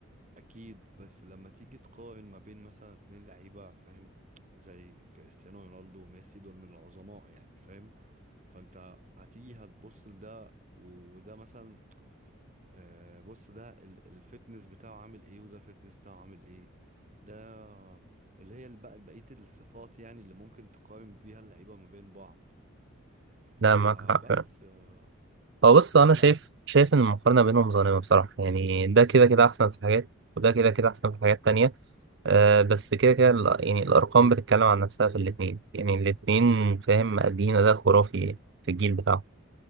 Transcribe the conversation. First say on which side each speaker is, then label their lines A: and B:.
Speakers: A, on the right (about 35°); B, on the right (about 55°).
A: أكيد بس لما تيجي تقارن ما بين مثلا اتنين لعيبة فاهم زي كريستيانو رونالدو وميسي دول من العظماء يعني فاهم فأنت هتيجي هتبص لده وده مثلا آه بص ده ال- الفتنس بتاعه عامل ايه وده الفتنس بتاعه عامل ايه ده اللي هي بقى بقية الصفات يعني اللي ممكن تقارن بيها اللعيبة ما بين بعض فبس
B: لا معاك حق فعلا.
A: آه
B: هو بص
A: لا
B: انا
A: لا
B: شايف شايف ان المقارنة بينهم ظالمة بصراحة يعني ده كده كده احسن في حاجات وده كده كده احسن في حاجات تانية أه بس كده كده ال- يعني الارقام بتتكلم عن نفسها في الاتنين يعني الاتنين فاهم مأدين اداء خرافي في الجيل بتاعه